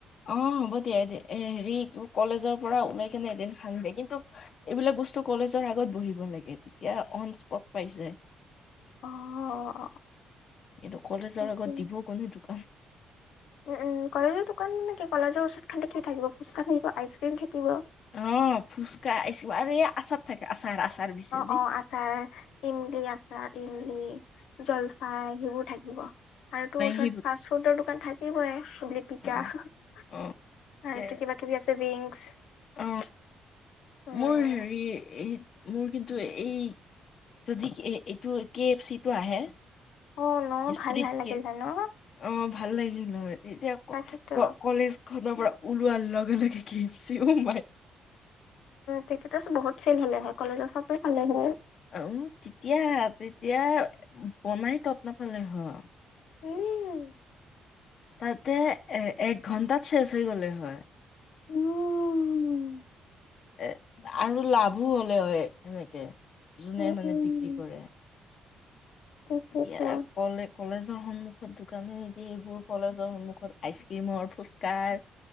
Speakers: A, on the left; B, on the left.
A: অঁ হ'ব দিয়া এ হেৰি কলেজৰ পৰা ওলাই কিনে এদিন খাম দিয় কিন্তু এইবিলাক বস্তু কলেজৰ আগত বহিব লাগে তেতিয়া অন স্পট পাইছে।
B: অ'।
A: এইটো কলেজৰ
B: তাকে।
A: আগত দিবও কনে দোকান।
B: উম উম কলেজৰ দোকান নে কি কলেজৰ ওচৰত খালি কিয় থাকিব ফোচকা থাকিব আইচ ক্ৰীম থাকিব।
A: অ', ফুচকা আহিছিল আৰু এই আচাৰ থাকে আচাৰ আচাৰ বিছে
B: অ', অ', আচাৰ ইমলি আচাৰ ইমলি জলফাই সেইবোৰ থাকিব আৰু তোৰ ওচৰত
A: সেই
B: ফাষ্ট ফুডৰ দোকান থাকিবই পিঠা
A: অ
B: আৰুটো
A: অ কে
B: কিবা কিবি আছে উইংছ।
A: অ
B: উম
A: মোৰ হেৰি এই। মোৰ কিন্তু এই যদি এইটো কে এফ চিটো আহে।
B: অ ন
A: ষ্ট্ৰীট
B: ভাল ভাল লাগিল
A: কে
B: হয় ন
A: অ', ভাল লাগিল তেতিয়া
B: তাকেতো
A: ক কলেজ খনৰ পৰা ওলোৱাৰ লগে লগে কে এফ চি ও মাই
B: তেতি বহুত চেল হলে হয় কলেজৰ চবে খালে হয়।
A: উ তেতিয়া তেতিয়া বনাই তত নাপালে হয়।
B: উম
A: তাতে এ এক ঘন্টাত শেচ হৈ গ'লে হয়।
B: উম।
A: এ আৰু লাভো হলে হয় সেনেকে যোনে
B: উম
A: মানে বিক্ৰী কৰে।
B: তাকেতো
A: তিয়া কলে কলেজৰ সন্মুখত দোকানে নেকি এইবোৰ কলেজৰ সন্মুখত আইচ ক্ৰীমৰ ফুচকাৰ